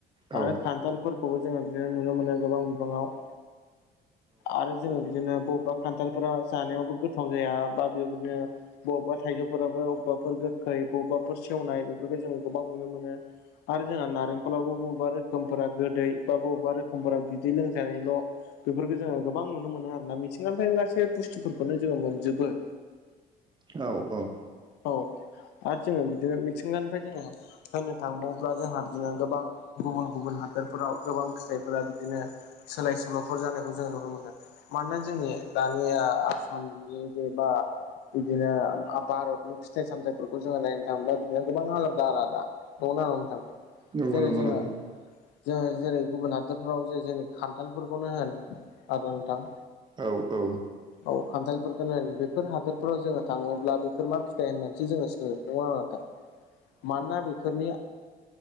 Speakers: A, on the right; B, on the left.
A: औ
B: आरो खान्थालफोरखौबो जोङो बिदिनो नुनो मोनो गोबां बिबाङाव। आरो जोङो बिदिनो बबेबा खान्थालफोरा जानायावबो गोथाव जाया बा बेदिनो बबेबा थाइजौफोराबो अबबा गोखै बबाफोर सेवनाय बेफोरखौ जोङो गोबां नुनो मोनो आरो जोंहा नारें खलावबो बबेबा रोखोमफोरा गोदै बा बबेबा रोखोमफोरा बिदै लोंजानायल' बेफोरखौ जोङो गोबां नुनो मोनो आरो ना मिथिंगानिफ्रायनो गासै बुस्थुफोरखौनो जोङो मोनजोबो।
A: औ औ
B: औ आरो जोङो बिदिनो मिथिंगानिफ्राय जोङो होननो थांबावोब्ला जोंहा बिदिनो गोबां गुबुन गुबुन हादरफोराव गोबां फिथाइफोरा बिदिनो सोलाय सोल'फोर जानायखौ जों नुनो मोनो। मानोना जोंनि दानिया आसामनि जेबा बिदिनो भारतनि फिथाइ सामथायाइफोरखौ जोङो नायनो थाङोब्ला बिदिनो गोबां आलादा आलादा दङ ना नोंथां
A: नंगौ
B: जेरै
A: नंगौ
B: जोङो
A: नंगौ
B: जोङो जेरै गुबुन हादोरफोराव जे जोंनि खान्थालफोरखौनो होन आ नोंथां
A: औ औ
B: औ खान्थालफोरखोनो होन बेफोर हादोरफोराव जोङो थाङोब्ला बेफोर मा फिथाइ होननानैसो जोङो नङा <unintelligible> मानोना बि फोरनि